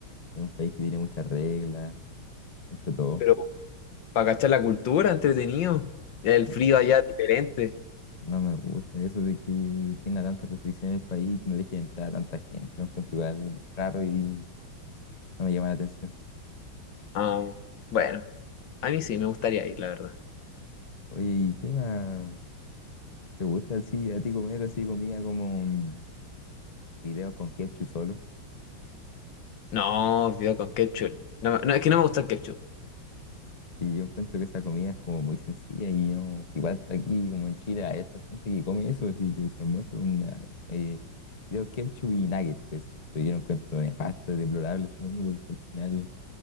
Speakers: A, on the left; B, on the left.
A: es un país que tiene muchas reglas, mucho todo.
B: Pero para cachar la cultura, entretenido. El
A: No,
B: frío allá es diferente.
A: No me gusta eso de que tenga tantas restricciones el país, que no deje de entrar a tanta gente. Lo encuentro igual raro y no me llama la atención.
B: Ah, bueno, a mí sí me gustaría ir, la verdad.
A: Oye, ¿y qué más te gusta así a ti comer así comida como mm, fideos con ketchup solo?
B: No, video con ketchup. No, no, es que no me gusta el ketchup.
A: Y yo encuentro que esa comida es como muy sencilla y no, igual aquí como en Chile hay esta gente que come eso, así que su almuerzo es una eh, fideos ketchup y nuggets, pues, pero yo lo encuentro nefasto, deplorable esa comida porque al final